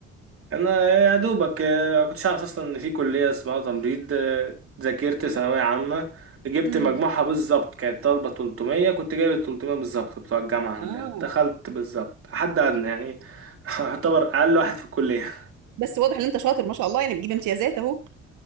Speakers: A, on the right; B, on the right.
A: انا يا دوبك آه، ما كنتش اعرف اصلا ان في كليه اسمها تمريض آه، ذاكرت ثانويه عامه جبت
B: امم
A: مجموعها بالظبط كانت طالبه 300 كنت جايب 300 بالظبط بتوع الجامعه عندنا
B: اه
A: دخلت بالظبط حد ادنى يعني <laughs> اعتبر اقل واحد في الكليه
B: بس واضح ان انت شاطر ما شاء الله يعني بتجيب امتيازات اهو